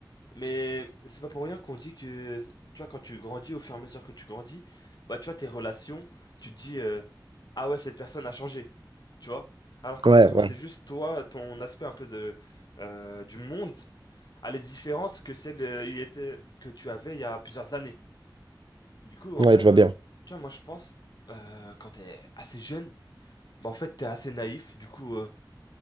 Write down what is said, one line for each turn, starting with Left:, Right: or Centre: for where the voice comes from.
Left: mais c'est pas pour rien qu'on dit que, tu vois, quand tu grandis, au fur et à mesure que tu grandis, bah, tu vois, tes relations, tu te dis, euh, ah ouais, cette personne a changé, tu vois. Alors que
Right: Ouais,
Left: ça se trouve,
Right: ouais,
Left: c'est juste toi, ton aspect un peu de, euh, du monde, elle est différente que celle, euh, il était, que tu avais il y a plusieurs années. Du coup, en
Right: ouais,
Left: vrai,
Right: je
Left: moi,
Right: vois bien.
Left: tu vois, moi, je pense, euh, quand t'es assez jeune, bah, en fait, t'es assez naïf. Du coup, euh,